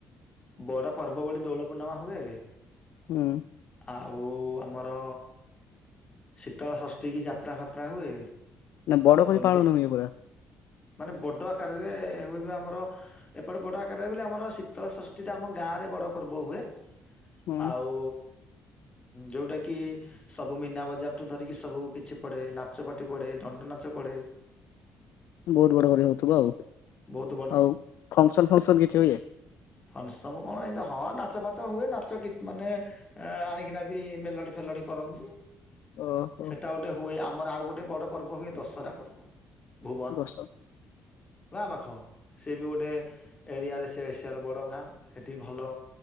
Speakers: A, on the left; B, on the left.
A: ବଡ ପର୍ବ ଭଳି ଦୋଳ ପୂର୍ଣ୍ଣିମା ହୁଏ।
B: ହୁଁ ଉଁ
A: ଆଉ ଆମର ଶୀତଳ ଷଷ୍ଠୀ କି ଯାତ୍ରା ଫାତ୍ରା ଯାତ୍ରା ହୁଏ
B: ନା ବଡ କରି
A: ହୋଲି
B: ପାଳନ ହୁଏ ପୁରା
A: ମାନେ ବଡ଼ ଆକାରରେ ହୁଏବି ଆମର ଏପଟେ ବଡ଼ ଆକାରରେ ବୋଲି ଆମର ଶି ଶୀତଳଷଷ୍ଠୀଟା ଆମ ଗାଁରେ ବଡ଼ ପର୍ବ ହୁଏ,
B: ହଁ
A: ଆଉ ଯୋଉଟା କି, ସବୁ ମୀନା ବଜାର ଠୁ ଧରିକି ସବୁ କିଛି ପଡେ ନା କଚପାଟି ପଡେ, ଦଣ୍ଡ ନାଚ ପଡ଼େ।
B: ବହୁତ ବଡ କରି ହଉଥିବ ଆଉ,
A: ବହୁତ
B: ଆଉ ଫଙ୍କସନ ଫଙ୍କସନ କିଛି ହୁଏ?
A: ଫଙ୍କସନ ସବୁ କଣ? ଏ ହଁ ନାଚ ଫାଚ ହୁଏ ନାଚ କି ମାନେ ଆଣିକିନା ବି ମେଲଡ଼ି ଫେଲଡ଼ି କରନ୍ତି
B: ଓହୋ
A: ସେଇଟା ଗୋଟେ ଗୋଟେ ହୁଏ ଆମର ଆଉ ଗୋଟେ ବଡ଼ ପର୍ବ ହୁଏ ଦଶହରା ପର୍ବ, ଭୁବନ
B: ଦଶ
A: ଗାଁ ପାଖ, ସିଏ ବି ଗୋଟେ ଏରିଆରେ ସେ ଏସିଆର ବଡ଼ ଗାଁ, ସେଠି ଭଲ